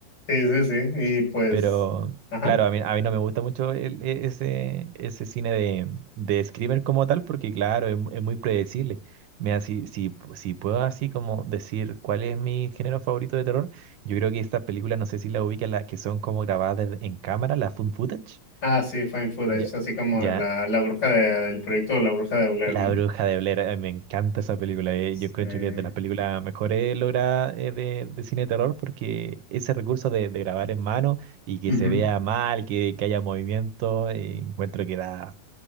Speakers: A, on the left; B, on the right.
A: Sí, sí, sí, y pues,
B: Pero
A: ajá.
B: claro, a mí, a mí no me gusta mucho el- e- ese, ese cine de, de Screamer como tal, porque claro, es, mu- es muy predecible. Mira, si, si, pu- si puedo así como decir cuál es mi género favorito de terror, yo creo que estas películas, no sé si la ubican, las que son como grabadas desde- en cámara, la found footage.
A: Ah, sí, Fine Footage,
B: Ya,
A: así como
B: ya,
A: la, la bruja de- del proyecto de la bruja de Blair,
B: la
A: ¿no?
B: Bruja de Blair, eh, me encanta esa película. eh,
A: Sí.
B: Yo creo que es de las películas mejores logradas eh, de, de cine de terror porque ese recurso de, de grabar en mano y que
A: Ujú.
B: se vea mal, que, que haya movimiento, eh, encuentro que da,